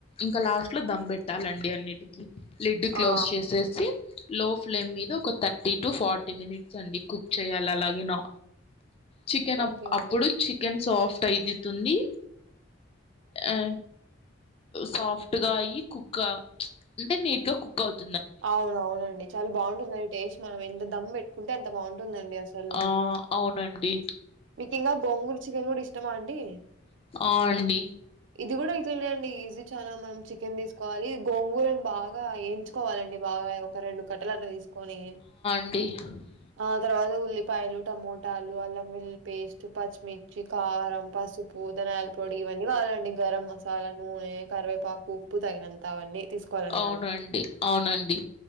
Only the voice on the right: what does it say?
ఆ
ఓకే అండి
అవునవునండి చాలా బాగుంటుందండి టేస్ట్ మనం ఎంత దమ్ పెట్ ఫుడ్ అంత బాగుంటుందండి అసలు
మీకు ఇంకా గోంగూర చికెన్ కూడా ఇష్టమా అండి
ఇది కూడా ఇట్లనే అండి ఈజీ చాలా మనం చికెన్ తీసుకోవాలి గోంగూరని బాగా వేయించు కోవాలండి బాగా ఒక రెండు కట్టలు అట్లు తీసుకొని
ఆ తర్వాత ఉల్లిపాయలు టమోటాలు అల్లం వెల్లి పేస్ట్ పచ్చిమిర్చి కారం పసుపు పూదనయాల పొడి ఇవన్నీ కావాలండి గరం మసాలా నూనె కరివేపాకు ఉప్పు తగినంత అవన్నీ తీసుకోవాలండి
మనం